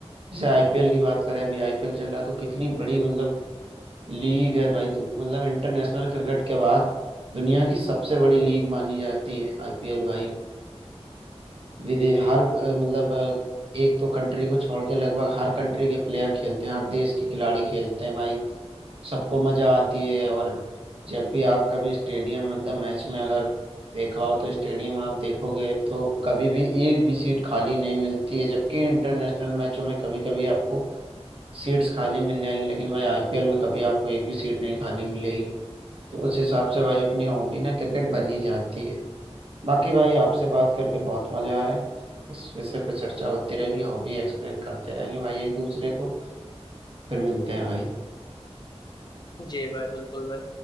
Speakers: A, on the right; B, on the left.
A: जैसे आईपीएल की बात करें अभी आईपीएल चल रहा है तो कितनी बड़ी मतलब लीग है भाई दु- मतलब इंटरनेशनल क्रिकेट के बाद दुनिया की सबसे बड़ी लीग मानी जाती है आईपीएल भाई विदेश हर अ, मतलब अ, एक दो कंट्री को छोड़ के लगभग हर कंट्री के प्लेयर खेलते हैं हर देश के खिलाड़ी खेलते हैं भाई सबको मजा आती है और जब भी आप कभी स्टेडियम मतलब मैच में अगर देखा हो तो स्टेडियम आप देखोगे तो कभी भी एक भी सीट खाली नहीं मिलती है जबकि इंटरनेशनल मैचों में कभी कभी आपको सीट्स खाली मिल जाएंगी लेकिन भाई आईपीएल में कभी आपको एक भी सीट नहीं खाली मिलेगी तो उस हिसाब से भाई अपनी हॉबी ना क्रिकेट बन ही जाती है बाकी भाई आपसे बात करके बहुत मजा आया इस विषय पे चर्चा होती रहेगी हॉबी एक्सप्लेन करते रहेंगे भाई एक दूसरे को फिर मिलते हैं भाई
B: जी भाई बिल्कुल भाई